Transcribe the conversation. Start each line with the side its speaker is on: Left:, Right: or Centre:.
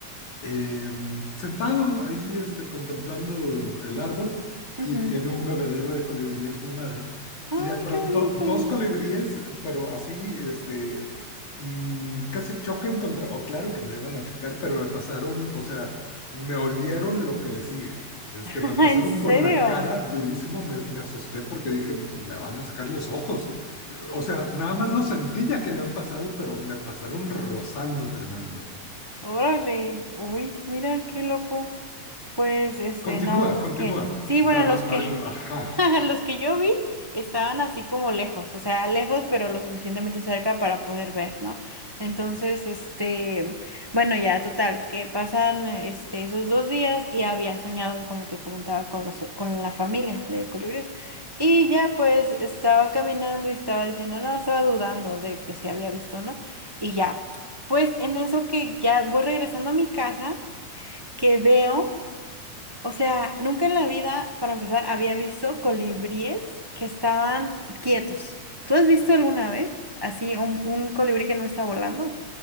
Left: em, sentado ahí este, contemplando el árbol
Right: ujú.
Left: y tiene un bebedero de colibríes mi madre.
Right: Ay,
Left: Y de pronto
Right: qué bonito.
Left: dos colibríes, pero así, este, mm, casi chocan contra, o claro que no iban a chocar, pero me pasaron, o sea, me olieron lo que le sigue. Este,
Right: <laughs>
Left: me pasaron
Right: ¿En serio?
Left: por la cara durísimo, me, me asusté porque dije, me van a sacar los ojos. O sea, nada más lo sentí ya que habían pasado, pero me pasaron rozando tremendo.
Right: Órale. Uy, mira, qué loco. Pues, este,
Left: Continúa,
Right: no, los
Left: continúa.
Right: que, sí,
Left: Es
Right: bueno,
Left: nada más
Right: los que
Left: Marco. Ajá.
Right: <laughs> <laughs> Los que yo vi estaban así como lejos, o sea, lejos pero lo suficientemente cerca para poder ver, ¿no? Entonces, este, bueno, ya total, que pasan este esos dos días y había soñado, como te comentaba, con los con la familia de colibríes. Y ya pues estaba caminando y estaba diciendo, no, estaba dudando de que se había visto, ¿no? Y ya. Pues en eso que ya voy regresando a mi casa, que veo o sea, nunca en la vida, para empezar, había visto colibríes que estaban quietos. ¿Tú has visto alguna vez así un, un colibrí que no está volando?